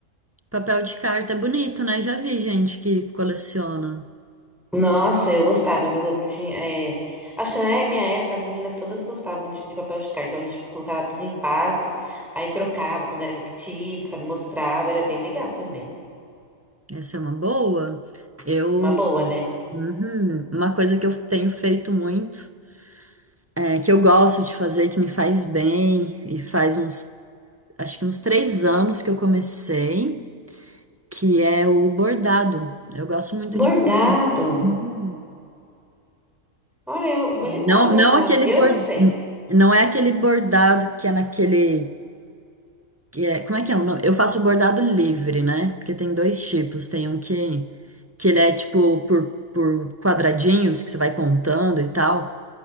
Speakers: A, on the right; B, in the centre.
A: Papel de carta é bonito, né? Já vi gente que coleciona.
B: Nossa, eu gostava, viu? Eu tinha, é, Acho que na minha época as meninas todas gostavam de, de papel de carta, então a gente colocava tudo em pastas, aí trocava quando era repetido, sabe? Mostrava, era bem legal também.
A: Essa é uma boa. Eu,
B: Uma boa, né?
A: uhum, uma coisa que eu tenho feito muito, é, que eu gosto de fazer, que me faz bem, e faz uns, acho que uns três anos que eu comecei, que é o bordado. Eu gosto muito
B: Bordado.
A: de. Uhum.
B: Olha, eu, bem legal
A: Não,
B: bordado.
A: não aquele
B: Eu
A: bor...
B: não sei.
A: não é aquele bordado que é naquele que é... como é que é? o nome? Eu faço bordado livre, né? Porque tem dois tipos, tem um que que ele é tipo por por quadradinhos que você vai contando e tal.